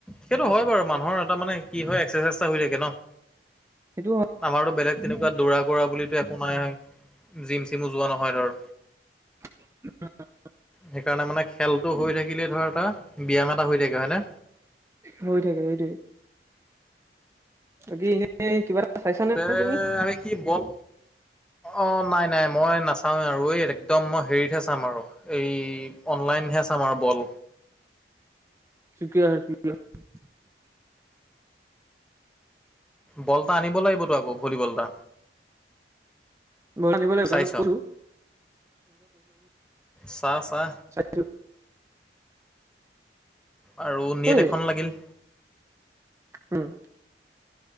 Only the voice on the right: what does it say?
সেইটো
<inaudible>
হৈ থাকে সেইটোৱে বাকী এনেই কিবা এটা চাইছা নে
বাৰু তুমি
শক্ৰিয়া শকিয়া। <unintelligible>
বল আনিব লাগিব,
তাকে কৈছোঁ।
চাইছো
এই
উম